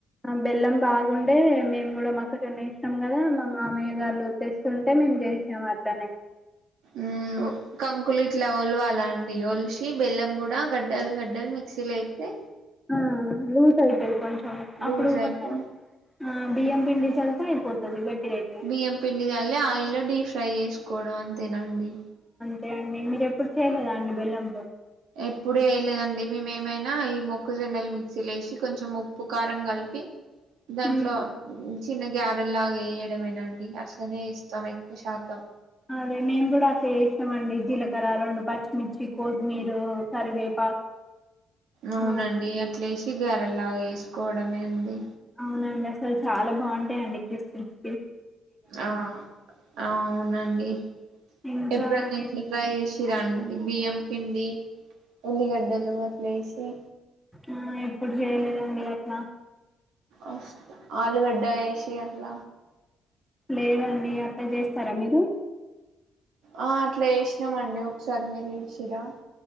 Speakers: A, in the centre; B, on the right.
A: ఆ! బెల్లం బాగుండే మేము కూడా మాక్క జోన్న వేసినం కదా మా మామయ్య గారు తెస్తుంటే మేము చేసినం అట్లనే
B: మ్మ్ కంకులు ఇట్లా ఓలవల అండి ఒలిసి బెల్లం కూడా గడ్డలు గడ్డలు మిక్సీలో ఎత్తే
A: ఆ లూజు అయితది కొంచెం
B: లూజ్
A: అప్పుడు
B: అయిపో
A: కొంచెం ఆ బియ్యం పిండి చల్లితే అయిపోతది గట్టిగా అయితది
B: బియ్యం పిండి చల్లి ఆయిల్ లో డీప్ ఫ్రై చేసుకోవడం అంతేనా అండి
A: తే అండి మీరు ఎప్పుడు చేయలేదా అండి బెల్లం
B: ఎప్పుడు చేయలేదండి మేము ఏ మేనా ఈ మొక్కజొన్నలు మిక్సీ లేసి కొంచెం ఉప్పు కారం కలిపి దాంట్లో
A: ఉమ్
B: చిన్న గ్యారెల్లాగా వేయడం అండి అట్లనే ఇస్తాం ఎక్కువ శాతం
A: అదే మేము కూడా చేసినాం అండి జీలకర్ర, రెండు పచ్చిమిర్చి, కొత్తిమీరు కరివేపాకు
B: అవునండి
A: ఆ
B: అట్లేసి గ్యారెల్లాగా వేసుకోవడమే అండి
A: అవునండి అసలు చాల బాగుంటాయంండి క్రిస్మిక్
B: ఆ అ అవునండి
A: ఇంకా
B: ఎప్పుడన్న ఇట్లా
A: ఏం
B: ట్రై చేసి ఇరా అండి బియ్యం పిండి ఉల్లిగడ్డలు అట్లేసి
A: ఆ ఎప్పుడు చేయలేదండి అట్ల
B: అ ఆలుగడ్డ ఏేసిి అట్ల
A: లేదండి అట్ల చేస్తారా మీరు
B: ఆ అట్లా వేసిన మండి ఒకసారి మీరు చేసిన్రా